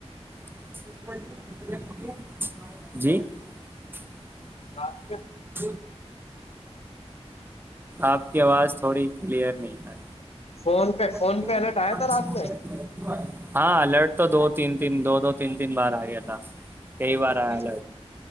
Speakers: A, on the right; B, on the left.
A: <inaudible> <unintelligible>
B: <unintelligible>
A: <inaudible> آپ کی آواز تھوڑی کلیئر نہیں ہے
B: فون پہ فون
A: <inaudible>
B: پہ الرٹ آیا تھا رات میں
A: ہاں الرٹ تو دو تین تین دو دو تین تین بار آ گیا تھا کئی بار آیا
B: کس
A: ل